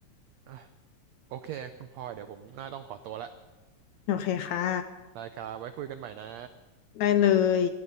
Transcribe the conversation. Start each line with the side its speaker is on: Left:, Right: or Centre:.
Right: อ่ะโอเคคุณพลอยเดี๋ยวผมน่าต้องขอตัวละ
Left: โอเคค่ะ
Right: ได้ครับไว้คุยกันใหม่นะ
Left: ได้เลย